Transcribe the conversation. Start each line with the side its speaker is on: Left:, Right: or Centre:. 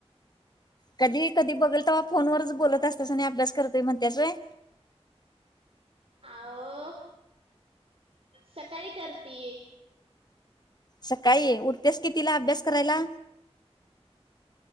Left: कधी कधी बघल तेव्हा फोनवरच बोलत असत्यास आणि अभ्यास करतोय म्हणत्यास व्हय
Right: आओ सकाळी करती
Left: सकाळी उठतेस कितीला अभ्यास करायला